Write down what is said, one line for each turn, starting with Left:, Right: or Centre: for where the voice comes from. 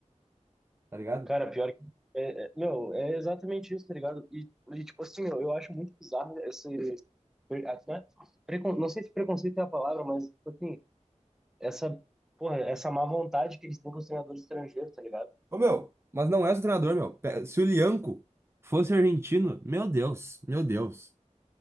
Right: tá ligado?
Centre: Cara, pior que. É, é- meu, é exatamente isso, tá ligado? E, e tipo assim, meu, eu acho muito bizarro esse. pre- Até, precon, não sei se preconceito é a palavra, mas, tipo assim, essa. Porra, essa má vontade que eles têm com os treinadores estrangeiros, tá ligado?
Right: Ô, meu, mas não é só treinador, meu. Pe- Se o Lianco fosse argentino, meu Deus, meu Deus.